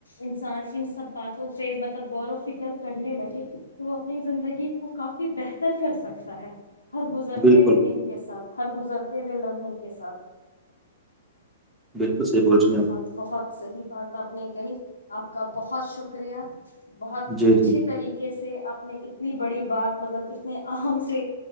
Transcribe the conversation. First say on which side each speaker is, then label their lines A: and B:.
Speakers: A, on the left; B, in the centre.
A: انسان ان سب باتوں پہ مطلب غور و فکر کرنے لگے تو وہ اپنی زندگی کو کافی بہتر کر سکتا ہے ہر گزرتے
B: بالکل
A: ہوئے دن کے ساتھ ہر گزرتے و لمحے کے ساتھ
B: بالکل صحیح بول رہی
A: بہت
B: ہیں آپ
A: بہت صحیح بات آپ نے کہی آپ کا بہت شکریہ بہت
B: آپ جی
A: اچھے
B: جی
A: طریقے سے اپنے اتنی بڑی بات مطلب اتنے ام سے